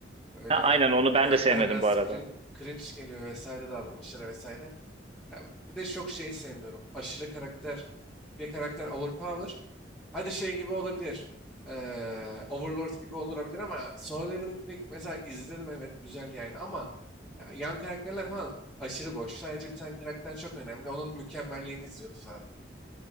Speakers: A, in the centre; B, on the right.
A: Böyle
B: Ha, aynen onu ben
A: karakter
B: de sevmedim
A: biraz
B: bu arada.
A: cringe, cringe geliyor vesaire davranışları vesaire. Ya bir de çok şeyi sevmiyorum. Aşırı karakter, bir karakter overpower. Hadi şey gibi olabilir. Eee Overlord gibi olabilir ama Solo Leveling'de mesela izledim evet güzel yani ama ya yan karakterler falan aşırı boş. Sadece bir tane karakter çok önemli. Onun mükemmelliğini izliyoruz abi.